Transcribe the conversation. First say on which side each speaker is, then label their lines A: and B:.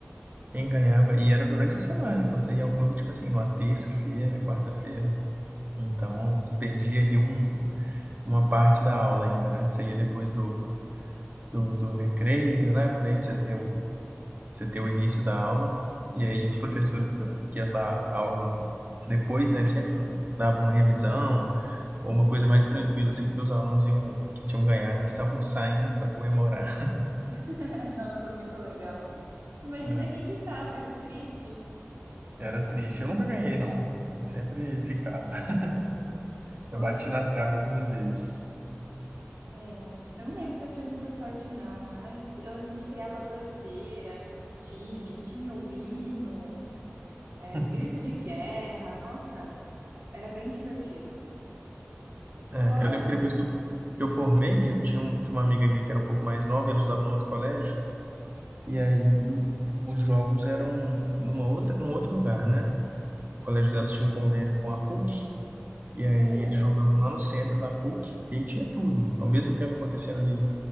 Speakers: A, on the right; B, on the right.
A: Quem ganhava, e era durante a semana, então você ia ao clube, tipo assim, numa terça-feira, quarta-feira. Então, você perdia ali um, uma parte da aula ainda, né? Você ia depois do, do, do recreio, né? Por aí, pra você ter o, você ter o início da aula. E aí, os professores do- que iam dar aula depois, né? Eles sempre davam uma revisão, ou uma coisa mais tranquila, assim, porque os alunos iam, que tinham ganhado, eles estavam <laughs> saindo para comemorar.
B: <laughs> Nossa, muito legal. Imagina
A: Ah,
B: quem ficava, que triste.
A: Era triste. Eu nunca ganhei, não. Eu sempre ficava. <laughs>
B: Poxa,
A: Eu bati na trave algumas vezes.
B: é, eu não lembro se eu tive muita sorte, não, mas eu lembro que a gente criava bandeira pros times, tinha o hino, é,
A: <laughs>
B: grito de guerra. Nossa, era bem divertido.
A: É,
B: Fora
A: eu lembro
B: isso.
A: que depois que eu, que eu formei, eu tinha, um, tinha uma amiga minha que era um pouco mais nova, ela estudava no outro colégio, e aí
B: Hum,
A: os jogos eram numa outra, num outro lugar, né? O colégio delas tinha um convênio com a PUC, e aí
B: é,
A: eles jogavam lá no centro da PUC, e aí tinha tudo. Ao mesmo tempo acontecendo ali